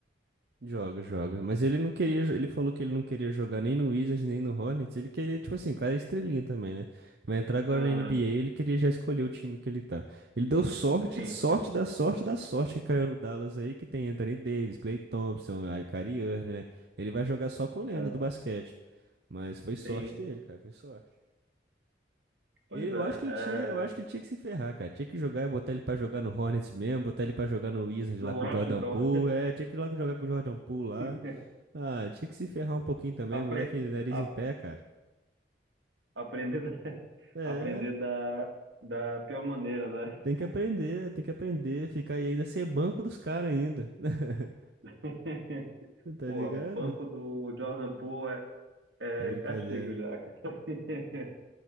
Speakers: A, on the right; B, on the right.
A: Joga, joga. Mas ele não queria, jo- ele falou que ele não queria jogar nem no Wizards, nem no Hornets. Ele queria, tipo assim, o cara é estrelinha também, né? Vai entrar agora
B: Aham,
A: na NBA, ele queria já escolher o time que ele tá. Ele deu sorte,
B: sim,
A: sorte da sorte da sorte que caiu no Dallas aí, que tem Anthony Davis, Klay Thompson, aí Kyrie Irving, né? Ele vai jogar só com lenda
B: é,
A: do basquete. Mas foi sorte
B: sim.
A: dele, cara, foi sorte.
B: Pois
A: Ele, eu
B: é,
A: acho que ele tinha,
B: é,
A: eu acho que ele tinha que se ferrar, cara. Tinha que jogar, botar ele pra jogar no Hornets mesmo, botar ele pra jogar no Wizards
B: no
A: lá com
B: Washington,
A: o Jordan Poole, é, tinha que ir lá jogar com o Jordan Poole lá.
B: <laughs>
A: Ah, tinha que se ferrar um pouquinho também,
B: apre,
A: moleque, nariz
B: a-
A: em pé, cara.
B: Aprender da, <laughs>
A: É,
B: aprender da, da pior maneira, né?
A: tem que
B: Pô,
A: aprender, tem que aprender, ficar aí ainda ser banco dos caras ainda. <laughs>
B: <laughs>
A: Tá
B: Porra,
A: ligado?
B: o banco do Jordan Poole é,
A: É brincadeira.
B: é castigo já, cara. <laughs>